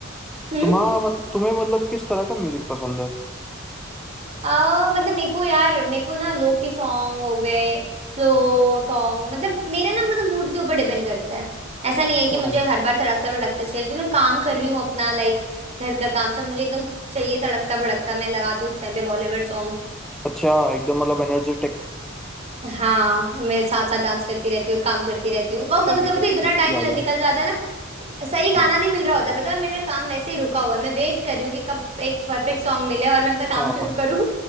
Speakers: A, on the right (about 30°); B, in the centre.
A: हम्म
B: तुम्हारा मतलब तुम्हें मतलब किस तरह का म्यूजिक पसंद है
A: आ, मतलब मेरे को यार मेरे को ना लोफी सॉन्ग हो गए स्लो सॉन्ग मतलब मेरा ना मतलब मूड के ऊपर डिपेंड करता है ऐसा नहीं
B: अच्छा
A: है कि मुझे हर बार तड़कता भड़कता चाहिए जब मैं काम कर रही हूँ अपना लाइक घर का काम तब मुझे एकदम चाहिए तड़कता भड़कता मैं लगाती हूँ उस टाइम पे बॉलीवुड सॉन्ग
B: अच्छा एकदम मतलब एनर्जेटिक
A: हाँ मैं साथ साथ डांस करती रहती हूँ और काम करती रहती हूँ और
B: सही
A: कभी कभी
B: है
A: तो इतना
B: फुर्ती
A: टाइम
B: आ जाए
A: निकल जाता है ना सही गाना
B: हम्म,
A: नहीं मिल रहा होता है पता है और मेरा काम वैसे ही रुका हुआ है मैं वेट कर रही हूँ कि कब एक परफेक्ट सॉन्ग मिले और मैं अपना काम
B: हाँ
A: शुरू करूँ